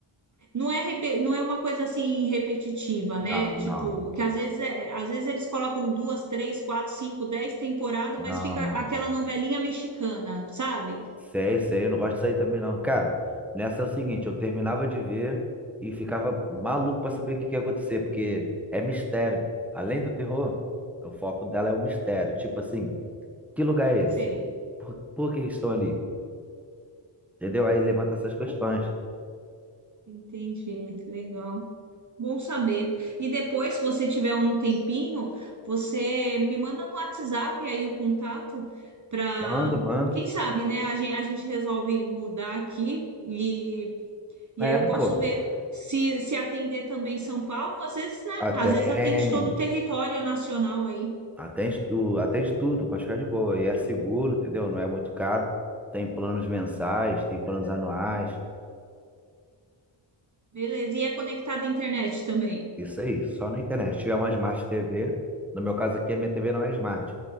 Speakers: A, on the right; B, in the centre.
A: Não é, repe- não é uma coisa assim repetitiva, né?
B: Não, não.
A: Tipo, que às vezes, é- às vezes eles colocam duas, três, quatro, cinco, dez temporadas,
B: Não,
A: mas fica
B: não.
A: aquela novelinha mexicana, sabe?
B: Sei, sei, eu não gosto disso aí também, não. Cara, nessa é o seguinte, eu terminava de ver e ficava maluco pra saber o que que ia acontecer, porque é mistério. Além do terror, o foco dela é o mistério. Tipo assim, que lugar é esse?
A: Sei.
B: Por, por que estão ali? Entendeu? Aí levanta essas questões.
A: Entendi. Legal. Bom saber. E depois, se você tiver um tempinho, você me manda no WhatsApp aí o contato para,
B: Manda, manda.
A: quem sabe, né? A gente, a gente resolve mudar aqui. e E aí
B: É,
A: eu posso
B: pô.
A: ver se, se atender também São Paulo, às vezes, né?
B: Atende.
A: Às vezes atende todo o território nacional aí.
B: Atende, tu- atende tudo, pode ficar de boa. E é seguro, entendeu? Não é muito caro. Tem planos mensais, tem planos anuais.
A: Beleza. E é conectado à internet também.
B: Isso aí, só na internet. Se tiver uma Smart TV, no meu caso aqui, a minha TV não é Smart,